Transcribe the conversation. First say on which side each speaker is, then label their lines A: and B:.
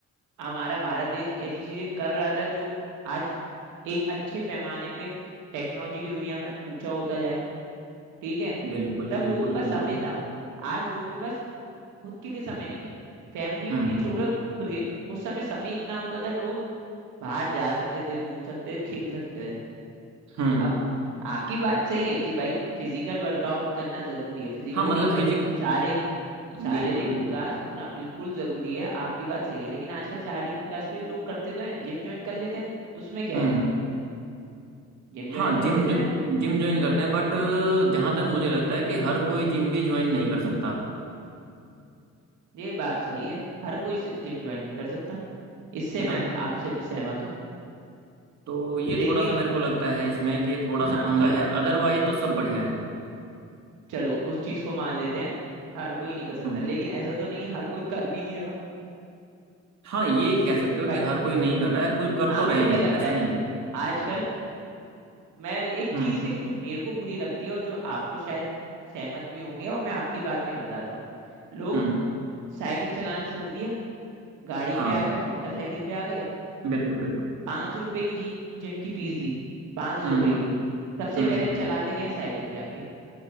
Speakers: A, on the right (about 85°); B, on the right (about 65°).
A: हमारा भारत देश ऐसी चीजें कर रहा था जो आज एक अच्छे पैमाने पे टेक्नोलॉजी की दुनिया में ऊंचा होता जाए ठीक है
B: बिल्कुल
A: तब
B: बिल्कुल
A: लोगों के पास
B: बिल्कुल
A: समय था आज लोगों के पास खुद के लिए समय नहीं है फैमिली
B: हम्म
A: के लिए छोड़ो खुद के उस समय समय इतना होता था लोग बाहर जा सकते थे घूम सकते थे खेल सकते थे
B: हम्म
A: अब आपकी बात सही है कि भाई फिजिकल वर्कआउट करना जरूरी है फिजिकल
B: हाँ मतलब
A: क्यों
B: फिजिकल
A: भाई शारीरिक शारीरिक
B: बिल्कुल बिल्कुल
A: विकास होना बिल्कुल जरूरी है आपकी बात सही है लेकिन आजकल शारीरिक विकास के लिए लोग करते तो हैं जिम ज्वाइन कर लेते हैं उसमें क्या
B: हम्म
A: है जिम ज्वाइन
B: हाँ
A: करते
B: जिम
A: तो
B: जो
A: हैं
B: जिम ज्वाइन करते हैं बट जहाँ तक मुझे लगता है कि हर कोई जिम भी ज्वाइन नहीं कर सकता
A: ये बात सही है हर कोई जिम ज्वाइन नहीं कर सकता इससे
B: है ना
A: मैं आपसे सहमत हूँ
B: तो ये
A: लेकिन
B: थोड़ा सा मेरे को लगता है इसमें कि ये थोड़ा सा
A: हाँ
B: पंगा
A: चलो
B: है अदरवाइज तो सब बढ़िया है
A: चलो उस चीज को मान लेते हैं हर कोई नहीं कर सकता
B: हम्म
A: लेकिन ऐसा तो नहीं है हर कोई कर भी नहीं रहा
B: हाँ ये कह सकते हो
A: भाई
B: कि हर कोई नहीं कर रहा है कोई कर तो
A: आपको
B: रहे
A: क्या
B: हैं
A: लगता
B: ऐसा
A: है
B: नहीं है
A: आजकल मैं एक
B: हम्म
A: चीज के लिए जो मेरे को बुरी लगती है और जो आपको शायद सहमत भी होंगे और मैं आपकी बात में ही बताता हूँ लोग
B: हम्म
A: साइकिल चलाना छोड़ दिया गाड़ी
B: हाँ
A: पे आ गए मोटरसाइकिल पे आ गए
B: बिल्कुल बिल्कुल
A: पांच सौ रुपए की जीन जिम की फीस दी पांच सौ
B: हम्म
A: रुपए की सबसे
B: हम्म
A: पहले चलाते गए साइकिल जाके